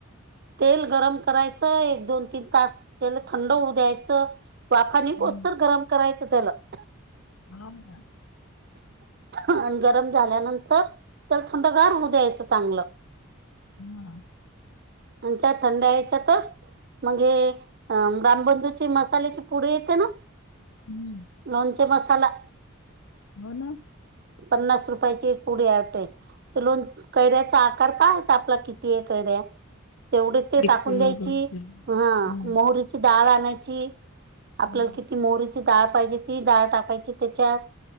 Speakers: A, on the right; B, on the left.
A: तेल गरम करायचं एक दोन तीन तास तेलं थंड होऊ द्यायचं वाफा निघुस्तं
B: हो
A: गरम करायचं त्याला <inaudible>
B: हो का <unintelligible>
A: आणि गरम झाल्यानंतर त्याला थंडगार होऊ द्यायचं चांगलं
B: हा
A: आणि त्या थंड ह्याच्यातच मग एक रामबंधूची मसाल्याची पुडी येते ना?
B: ह
A: लोणचे मसाला?
B: हो ना
A: पन्नास रुपयाची एक पुडी हाय वाटतं तर लोन कैऱ्याचा आकार पाहयचा आपला कितीय कैर्या तेवढी ते
B: एक
A: टाकून
B: किलो
A: द्यायची
B: दोन किलो
A: हा
B: हम्म
A: मोहरीची डाळ आणायची
B: हम्म
A: आपल्याला किती मोहरीची डाळ पाहिजे ती डाळ टाकायची त्याच्यात